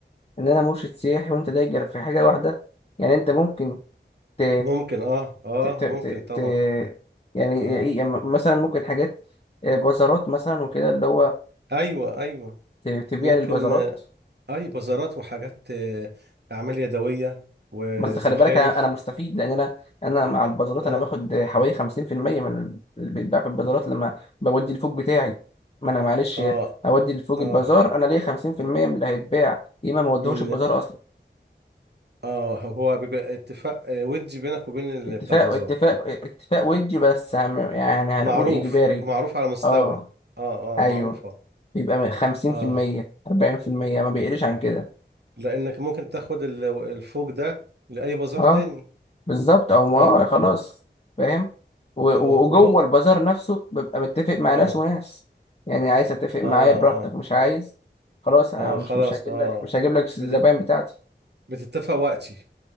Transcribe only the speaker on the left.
ان انا مرشد سياحي وانت دايجر في حاجة واحدة يعني انت ممكن ت...
ت... ت... ت...
ت... يعني إيه-
يعني مثلا ممكن حاجات آه، بازارات مثلا وكده اللي هو
ت... تبيع
للبازارات
بس خلي بالك انا انا مستفيد لان انا انا مع البازارات
انا باخد حوالي 50% من اللي بيتباع في البازارات لما بودي الفوق بتاعي ما انا معلش
اودي الفوق
البازار انا ليا 50% من اللي هيتباع يا اما ما اوديهوش
البازار اصلا
اتفاق
اتفاق اتفاق ودي بس هم- يعني هنقول
اجباري
اه
ايوه
يبقى 50%
40% ما بيقلش عن كده
اه
بالظبط او ما
آه، خلاص فاهم و- و-
وجوه البازار نفسه ببقى متفق مع
ناس وناس يعني عايز اتفق معايا
براحتك
مش عايز خلاص انا
مش
مش هجيب
لك مش هجيب لك الزباين
بتاعتي